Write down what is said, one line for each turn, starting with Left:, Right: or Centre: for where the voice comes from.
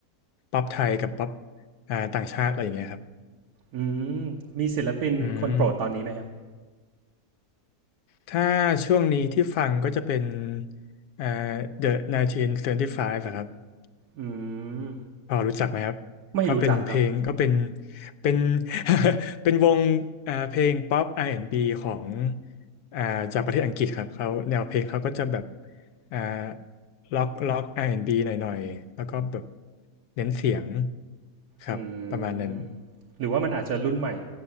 Left: ป๊อปไทยกับป๊อปอ่าต่างชาติอะไรอย่างเงี้ยครับ
Right: อืมมีศิลปินคนโปรดตอนนี้ไหมครับ
Left: อืมถ้าช่วงนี้ที่ฟังก็จะเป็นอ่า The 1975อะครับ
Right: อืม
Left: พอรู้จักไหมครับก็เป็นเพลงก็เป็น
Right: ไม่รู้จักครับ
Left: เป็น <laughs> เป็นวงอ่าเพลงป๊อปอาร์แอนด์บ b ของอ่าจากประเทศอังกฤษครับเขาแนวเพลงเขาก็จะแบบอ่าล็อกล็อกอาร์แอนด์บ b หน่อยๆแล้วก็แบบเน้นเสียงครับประมาณนั้น
Right: อืมหรือว่ามันอาจจะรุ่นใหม่